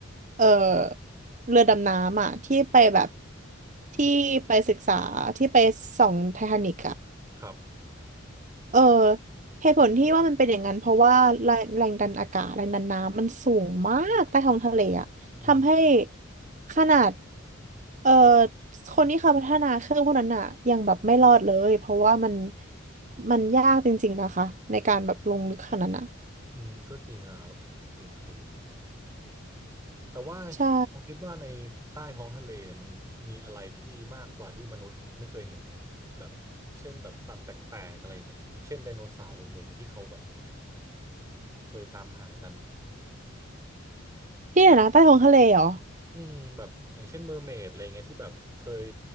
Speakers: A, on the right (about 40°); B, on the right (about 15°).
A: เอ่อเรือดำน้ำอ่ะที่ไปแบบที่ไปศึกษาที่ไปส่องไททานิกอ่ะ
B: ครับ
A: เออเหตุผลที่ว่ามันเป็นอย่างนั้นเพราะว่าแรงแรงดันอากาศแรงดันน้ำมันสูงมากใต้ท้องทะเลอะทำให้
B: อืม
A: ขนาดเออคนที่เขาพัฒนาเครื่องพวกนั้นอะยังแบบไม่รอดเลยเพราะว่ามันมันยากจริงๆนะคะในการแบบลงลึกขนาดนั้นอะ
B: อืมก็จริงนะครับจริงจริง แต่ว่า
A: ใช่
B: ผมคิดว่าในใต้ท้องทะเลเนี่ยมันมีอะไรที่มากกว่าที่มนุษย์ไม่เคยเห็นไหมแบบเช่นแบบสัตว์แปลกๆอะไรอย่างเงี้ยอย่างเช่นไดโนเสาร์อะไรอย่างเงี้ยที่เขาแบบเคยตามหากัน
A: ที่ไหนนะใต้ท้องทะเลเหรอ
B: อืมแบบอย่างเช่นเมอร์เมดอะไรเงี้ยที่แบบเคย